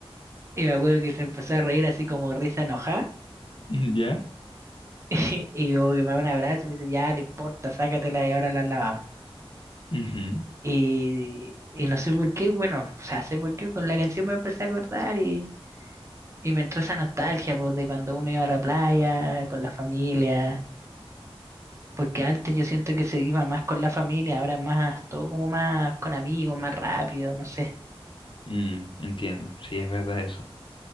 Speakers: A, on the right (about 30°); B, on the left (about 55°).
A: Y me acuerdo que se empezó a reír así como risa enojada.
B: ¿Ya?
A: <laughs> Y como que me da un abrazo y me dice, ya, no importa, sácatela y ahora la lavamos.
B: Ujú,
A: Y, y no sé por qué, bueno, o sea, sé por qué, con la canción me empecé a acordar y, y me entró esa nostalgia, pues, de cuando uno iba a la playa, con la familia, porque antes yo siento que se iba más con la familia, ahora es más, todo como más con amigos, más rápido, no sé.
B: mm, entiendo. Sí, es verdad eso.